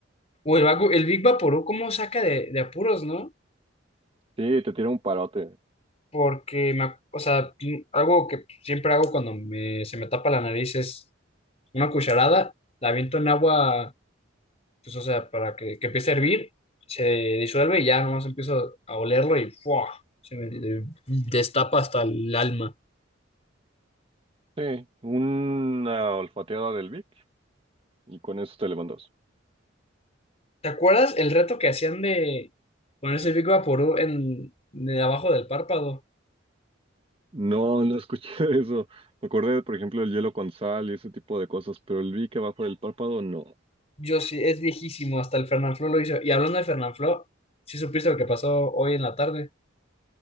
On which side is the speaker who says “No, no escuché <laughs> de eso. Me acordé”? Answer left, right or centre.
Right